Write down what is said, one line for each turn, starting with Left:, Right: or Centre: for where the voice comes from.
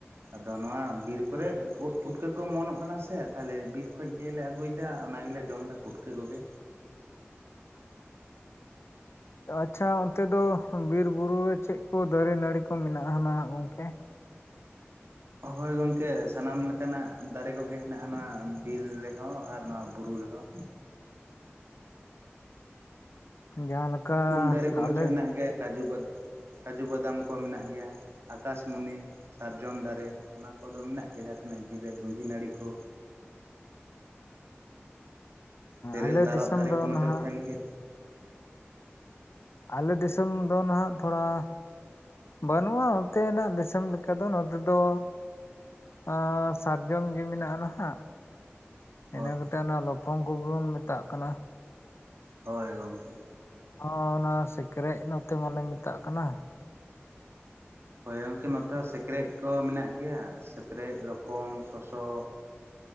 Right: ᱟᱫᱚ ᱱᱚᱣᱟ ᱵᱤᱨ ᱠᱚᱨᱮ ᱩᱫ ᱯᱩᱴᱠᱟᱹ ᱠᱚ ᱚᱢᱚᱱᱚᱜ ᱠᱟᱱᱟ ᱥᱮ ᱛᱟᱦᱮᱞᱮ ᱵᱤᱨ ᱠᱷᱚᱡ ᱜᱮᱞᱮ ᱟᱹᱜᱩᱭᱫᱟ ᱚᱱᱟ ᱜᱮᱞᱮ ᱡᱚᱢ ᱫᱟ ᱯᱩᱴᱠᱟᱹ ᱠᱚᱜᱮ᱾
Left: ᱟᱪᱷᱟ ᱚᱱᱛᱮ ᱫᱚ ᱵᱤᱨ ᱵᱩᱨᱩ ᱨᱮ ᱪᱮᱜ ᱠᱚ ᱫᱟᱨᱮ ᱱᱟᱹᱲᱤ ᱠᱚ ᱢᱮᱱᱟᱜᱼᱟ ᱱᱟᱦᱟᱜ ᱜᱚᱢᱠᱮ?
Right: ᱦᱳᱭ ᱜᱚᱝᱠᱮ ᱥᱟᱱᱟᱢ ᱞᱮᱠᱟᱱᱟᱜ ᱫᱟᱨᱮ ᱠᱚᱜᱮ ᱦᱮᱱᱟᱜᱼᱟ ᱱᱚᱣᱟ ᱵᱤᱨ ᱨᱮᱦᱚᱸ ᱟᱨ ᱱᱚᱣᱟ ᱵᱩᱨᱩ ᱨᱮᱦᱚᱸ᱾
Left: ᱡᱟᱦᱟᱸ ᱞᱮᱠᱟ
Right: ᱩᱞ ᱫᱟᱨᱮ ᱠᱚ ᱢᱟᱪᱚ
Left: ᱟᱞᱮ
Right: ᱦᱮᱱᱟᱜ ᱜᱮᱭᱟ ᱠᱟᱡᱩ ᱵᱟᱫ ᱠᱟᱡᱩ ᱵᱟᱫᱟᱢ ᱠᱚ ᱢᱮᱱᱟᱜ ᱜᱮᱭᱟ ᱟᱠᱟᱥᱢᱩᱱᱤ᱾ ᱥᱟᱨᱡᱚᱢ ᱫᱟᱨᱮ ᱚᱱᱟ ᱠᱚᱫᱚ ᱢᱮᱱᱟᱜ ᱜᱮᱭᱟ ᱡᱟᱦᱟᱸ ᱛᱤᱱᱟᱹᱜ ᱵᱤᱨ ᱨᱮ ᱫᱩᱸᱫᱷᱤ ᱱᱟᱹᱲᱤ ᱠᱚ᱾ ᱛᱮᱨᱮᱞ
Left: ᱟᱞᱮ
Right: ᱛᱟᱨᱯ
Left: ᱫᱤᱥᱚᱢ
Right: ᱫᱟᱨᱮ
Left: ᱫᱚ
Right: ᱠᱚ ᱢᱟᱪᱚ
Left: ᱱᱟᱦᱟᱜ
Right: ᱛᱟᱦᱮᱱ ᱜᱮ᱾
Left: ᱟᱞᱮ ᱫᱤᱥᱚᱢ ᱫᱚ ᱱᱟᱦᱟᱜ ᱛᱷᱚᱲᱟ ᱵᱟᱹᱱᱩᱜᱼᱟ ᱚᱱᱛᱮᱱᱟᱜ ᱫᱤᱥᱚᱢ ᱞᱮᱠᱟ ᱫᱚ ᱱᱚᱛᱮ ᱫᱚ᱾ ᱮᱸ ᱥᱟᱨᱡᱚᱢ ᱜᱮ ᱢᱮᱱᱟᱜᱼᱟ ᱱᱟᱦᱟᱜ᱾
Right: ᱦᱳᱭ
Left: ᱤᱱᱟᱹ ᱠᱟᱛᱮᱜ ᱚᱱᱟ ᱞᱚᱯᱚᱝ ᱠᱚᱵᱚᱱ ᱢᱮᱛᱟᱜ ᱠᱟᱱᱟ᱾
Right: ᱦᱳᱭ ᱜᱚᱝᱠᱮ᱾
Left: ᱦᱚᱸ ᱚᱱᱟ ᱥᱮᱠᱨᱮᱡ ᱱᱚᱛᱮ ᱢᱟᱞᱮ ᱢᱮᱛᱟᱜ ᱠᱟᱱᱟ᱾
Right: ᱦᱳᱭ ᱜᱚᱝᱠᱮ ᱱᱚᱛᱮ ᱦᱚᱸ ᱥᱮᱠᱨᱮᱡ ᱠᱚ ᱢᱮᱱᱟᱜ ᱜᱮᱭᱟ ᱥᱮᱛᱨᱮᱡ ᱨᱚᱯᱚᱝ ᱥᱚᱥᱚ